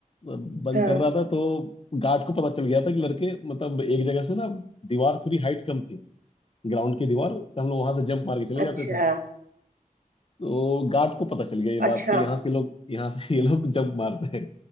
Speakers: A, on the left (about 40°); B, on the right (about 85°).
A: बंक
B: हाँ
A: कर रहा था तो गार्ड को पता चल गया था कि लड़के मतलब एक जगह से ना दीवार थोड़ी हाइट कम थी ग्राउंड की दीवार तो हम लोग वहां से जंप मार के चले जाते
B: अच्छा
A: थे तो गार्ड को पता चल गया ये बात
B: अच्छा
A: कि यहाँ से लोग यहाँ से ये लोग जंप मारते हैं